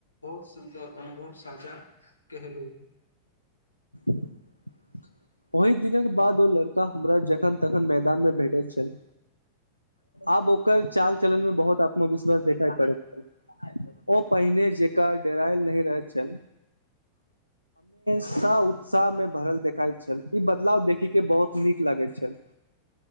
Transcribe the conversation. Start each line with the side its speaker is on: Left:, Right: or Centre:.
Left: बहुत सुन्दर अनुभव साझा केहलु
Right: <inaudible> ओहि दिनक बाद ओ लड़का हमरा जखन तखन मैदानमे भेटैथ छल आब ओक ओकर चाल चलनमे बहुत आत्मविश्वास देखाई पड़ै छल ओ पहिने जेकां डेरायल नहि रहैत छल उत्सा उत्साहमे भरल देखइत छल ई बदलाव देखी के बहुत नीक लागैत छल